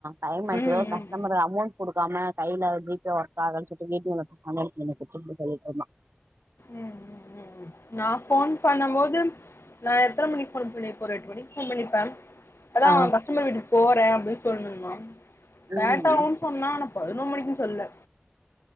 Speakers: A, on the right (about 80°); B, on the left (about 85°).
A: டைம் ஆயிடுச்சு
B: ம்
A: எதோ ஒரு கஸ்டமர்
B: ம்
A: அமௌண்ட் குடுக்காம கையில ஜி பே ஒர்க் ஆகலன்னு சொல்ட்டு ஏ டி எம் ல போய் பணம் எடுத்துனு வந்து குடுத்துட்டுனு சொல்லிட்டுருந்தா
B: ம் ம் ம் நா ஃபோன் பண்ணம் போது நா எத்தன மணிக் போன் பண்ணிருப்ப ஒரு எட்டு மணிக்கு போன் பண்ணிருப்பே அதா
A: ஆ
B: அவ கஸ்டமர் வீட்டுக்கு போறே அப்டின் சொல்ட்டுருந்தா
A: ம்
B: லேட்டாகுன் சொன்னா ஆனா பதினொ மணிக்னு சொல்ல